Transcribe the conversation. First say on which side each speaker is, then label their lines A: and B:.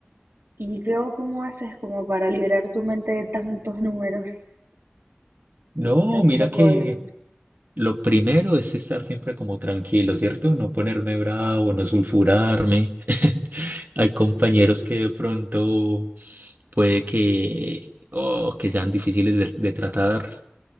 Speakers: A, on the right; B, on the right.
A: Y veo cómo haces como para liberar tu mente de tantos números,
B: No,
A: tanto
B: mira
A: código.
B: que lo primero es estar siempre como tranquilo, ¿cierto? No ponerme bravo, no sulfurarme. <laughs> Hay compañeros que de pronto puede que, oh, que sean difíciles de de tratar.